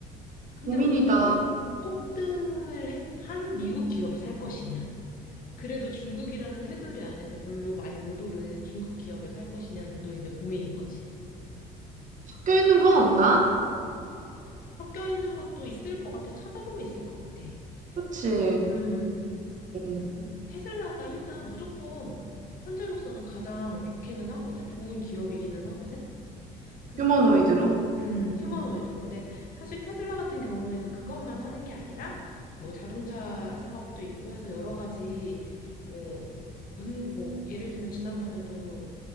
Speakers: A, on the left; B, on the right.
A: 근데
B: 고민이다.
A: 어쨌든 폭등을 했- 한 미국 기업을 살 것이냐. 그래도 중국이라는 테두리 안에서 별로 많이 못 오른 중국 기업을 살 것이냐는 또 이제 고민인 거지.
B: 섞여 있는 건 없나?
A: 섞여 있는 것도 있을 것 같아. 찾아보면 있을 것 같아.
B: 그치.
A: 그래서 음.
B: 음,
A: 그 테슬라가 일단 무조건 현재로서는 가장 좋기는 하거든? 좋은 기업이기는 하거든? 그래서
B: 휴머노이드로?
A: 테슬라가, 음, 휴머노이드로. 근데 사실 테슬라 같은 경우에는 그것만 하는 게 아니라 뭐 자동차 사업도 있고 해서 여러 가지 뭐, 문, 뭐, 예를 들면 지난번에도